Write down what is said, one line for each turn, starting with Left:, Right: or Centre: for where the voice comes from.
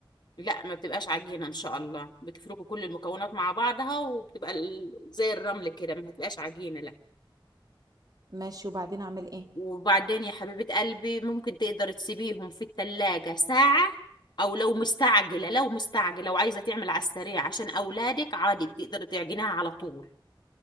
Left: لا ما بتبقاش عجينة ان شاء الله بتفركوا كل المكونات مع بعضها وبتبقى ال- زي الرمل كده ما هتبقاش عجينة لا
Right: ماشي وبعدين اعمل ايه
Left: وبعدين يا حبيبة قلبي ممكن تقدر تسيبيهم في التلاجة ساعة او لو مستعجلة لو مستعجلة وعايزة تعمل على السريع عشان اولادك عادي بتقدر تعجنها على طول